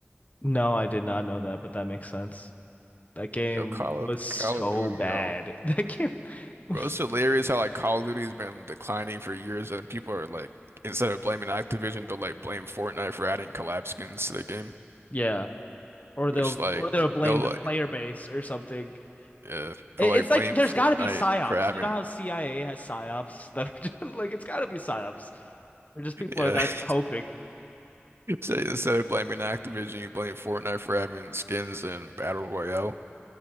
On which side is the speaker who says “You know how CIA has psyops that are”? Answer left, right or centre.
Left